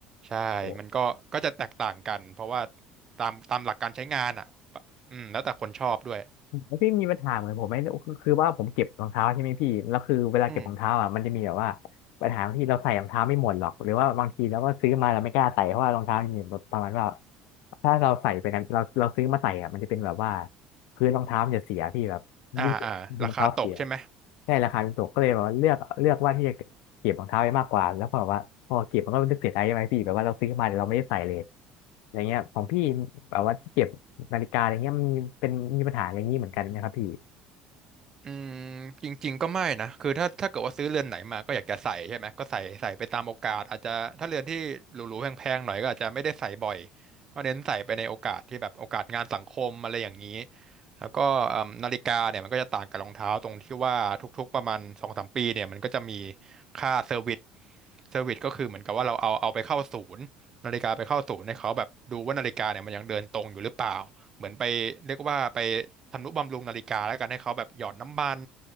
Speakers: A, on the right (about 25°); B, on the left (about 75°).
A: ใช่
B: โอ้
A: มันก็ก็จะแตกต่างกัน เพราะว่าตามตามหลักการใช้งานอ่ะอืมแล้วแต่คนชอบด้วย
B: แล้วพี่มีปัญหาเหมือนผมไหมคือคือว่าผมเก็บรองเท้าใช่ไหมพี่แล้วคือเวลาเก็บรองเท้าอ่ะมันจะมีแบบว่า
A: อืม
B: ปัญหาที่เราใส่รองเท้าไม่หมดหรอกหรือว่าบางทีเราก็ซื้อมาเราไม่กล้าใส่เพราะว่ารองเท้ามันมีแบบประมาณว่าถ้าเราใส่ไปนั้นเราเราซื้อมาใส่อ่ะมันจะเป็นแบบว่าพื้นรองเท้ามันจะเสียพี่แบบ
A: อ่าอ่าราคาตกใช่ไหม
B: ยิ่งเก็บงรองเท้าเสียได้ราคาเป็นตกก็เลยแบบว่าเลือกเลือกว่าที่จะเก็บรองเท้าไว้มากกว่าแล้วพอแบบว่าพอเก็บมันก็รู้สึกเสียดายใช่ไหมพี่แบบว่าเราซื้อมาแต่เราไม่ได้ใส่เลยอย่างเงี้ยของพี่แบบว่าที่เก็บนาฬิกาอะไรเงี้ยมันมีเป็นมีปัญหาอย่างนี้เหมือนกันไหมครับพี่
A: อืมจริงๆก็ไม่นะคือถ้าถ้าเกิดว่าซื้อเรือนไหนมาก็อยากจะใส่ใช่ไหม ก็ใส่ใส่ไปตามโอกาสอาจจะถ้าเรือนที่หรูๆแพงๆหน่อยก็อาจจะไม่ได้ใส่บ่อย ก็เน้นใส่ไปในโอกาสที่แบบโอกาสงานสังคมอะไรอย่างนี้ แล้วก็เอิ่มนาฬิกาเนี่ยมันก็จะต่างกับรองเท้าตรงที่ว่าทุกๆประมาณสองสามปีเนี่ยมันก็จะมีค่าเซอร์วิสเซอร์วิสก็คือเหมือนกับว่าเราเอาเอาไปเข้าศูนย์นาฬิกาไปเข้าศูนย์ให้เขาแบบดูว่านาฬิกาเนี่ยมันยังเดินตรงอยู่หรือเปล่า เหมือนไปเรียกว่าไปทำนุบำรุงนาฬิกาแล้วกันให้เขาแบบหยอดน้ำมัน